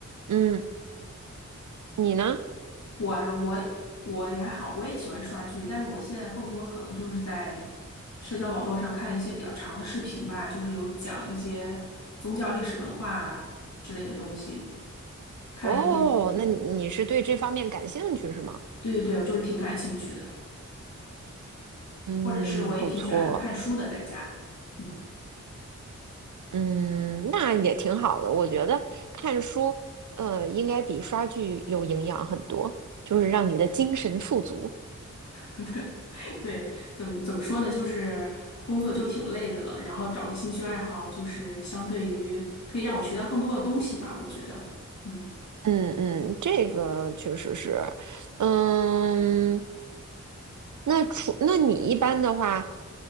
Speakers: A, on the right (about 75°); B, on the left (about 65°).
A: 嗯，你呢？
B: 我呀、我我也还好，我也喜欢刷剧，但是我现在更多可能就是在社交网络上看一些比较长的视频吧，就是有讲一些宗教历史文化啊之类的东西，看一些。
A: 哦，那你是对这方面感兴趣是吗？
B: 嗯，对对对，我就是挺感兴趣的。
A: 嗯，
B: 或者是我也挺喜欢看书的，
A: 不错，
B: 在家。嗯，
A: 嗯，那也挺好的。我觉得看书，呃，应该比刷剧有营养很多，就是让你的精神富足。
B: <laughs> 对对，怎么怎么说呢？就是工作就挺累的了，然后找个兴趣爱好，就是相对于可以让我学到更多的东西吧，我觉得。嗯，
A: 嗯嗯，这个确实是，嗯，那除那你一般的话，